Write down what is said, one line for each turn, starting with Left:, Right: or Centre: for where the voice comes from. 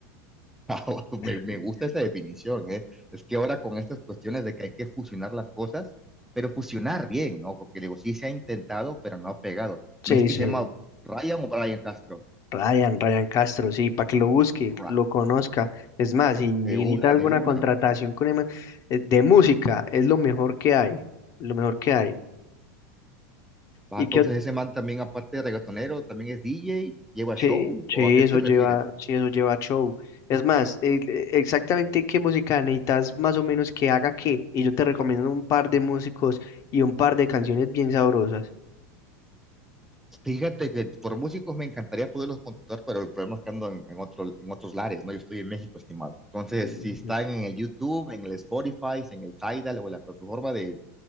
Centre: <laughs>
Left: <laughs>
Centre: Me, me gusta esa definición, ¿eh? Es que ahora con estas cuestiones de que hay que fusionar las cosas, pero fusionar bien, ¿no? Porque digo, sí se ha intentado, pero no ha pegado.
Left: Sí,
Centre: ¿Me es que
Left: sí.
Centre: se llama Ryan o Brian Castro?
Left: Ryan, Ryan Castro, sí, para que lo busque,
Centre: Ra-
Left: lo conozca. Es más, si si necesita
Centre: De una,
Left: alguna
Centre: de una.
Left: contratación con ema- eh, de música, es lo mejor que hay, lo mejor que hay.
Centre: Ah,
Left: Y
Centre: entonces
Left: que
Centre: ese man también, aparte de reggaetonero, también es DJ, lleva
Left: sí,
Centre: show,
Left: sí,
Centre: ¿o a qué
Left: eso
Centre: te refieres?
Left: lleva, sí, eso lleva show. Es más, eh, eh, exactamente qué música necesitas más o menos que haga qué. Y yo te recomiendo un par de músicos y un par de canciones bien sabrosas.
Centre: Fíjate que por músicos me encantaría poderlos contactar, pero el problema es que ando en, en otro, en otros lares, ¿no? Yo estoy en México, estimado. Entonces,
Left: Ujú.
Centre: si están en el YouTube, en el Spotify, en el Tidal o en la plataforma de